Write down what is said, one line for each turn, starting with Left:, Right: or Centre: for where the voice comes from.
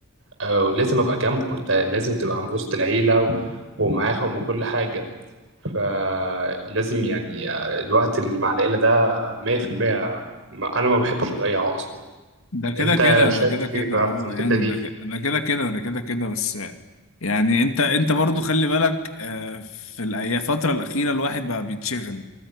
Right: آه، ولازم ابقى جنبه انت لازم تبقى عند وسط العيله و... ومعاهم وكل حاجه فلازم يعني آه، الوقت اللي مع العيله ده 100% ما... انا ما بحبش اضيعه اصلا
Left: ده كده
Right: انت
Left: كده
Right: شايف
Left: ده كده كده
Right: ايه بقى
Left: اه
Right: في الحته
Left: يعني
Right: دي
Left: ده ك- ده كده كده ده كده كده بس يعني انت انت برضو خلي بالك آه، في الأي- الفترة الأخيرة الواحد بقى بيتشغل